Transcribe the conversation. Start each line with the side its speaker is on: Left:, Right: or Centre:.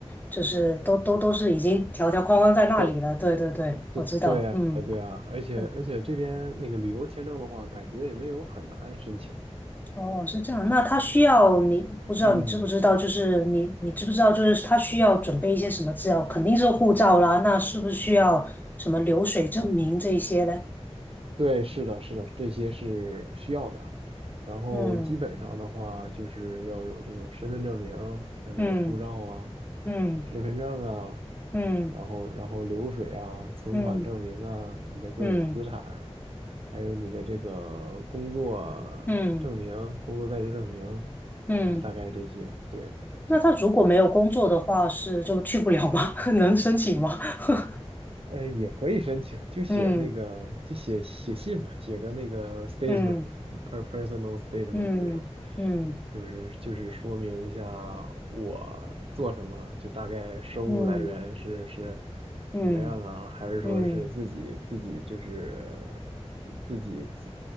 Left: 就是都都都是已经条条框框在那里了。
Right: 都
Left: 对对对，
Right: 对对啊对啊，
Left: 我知道，嗯，
Right: 而且而且这边那个旅游签证的话，
Left: 嗯
Right: 感觉也没有很难申请。
Left: 哦，是这样。那他需要你，不知道你知不知道，
Right: 嗯，
Left: 就是你你知不知道，就是他需要准备一些什么资料？肯定是护照啦，那是不是需要什么流水证明这一些呢？
Right: 对，是的，是的，这些是需要的。然后基本上的话，
Left: 嗯
Right: 就是要有这种身份证明，像这个护照啊、
Left: 嗯嗯
Right: 身份证啊。
Left: 嗯
Right: 然后然后流水啊、存款证明啊、
Left: 嗯
Right: 你的各种资产，
Left: 嗯
Right: 还有你的这个工作证明、
Left: 嗯嗯
Right: 工作在职证明，
Left: 嗯。
Right: 啊、大概这些，对。
Left: 那他如果没有工作的话，是就去不了吗？<laughs> 能申请吗？<laughs>
Right: 呃，也可以申请，就写那个，
Left: 嗯
Right: 就写写信吧，写个那个 statement，
Left: 嗯
Right: 就 per personal statement
Left: 嗯嗯
Right: 这种，就是就是说明一下我做什么，就大概收入来源是是
Left: 嗯嗯
Right: 什么样啊，还是说是自己自己就是
Left: 嗯，
Right: 自己自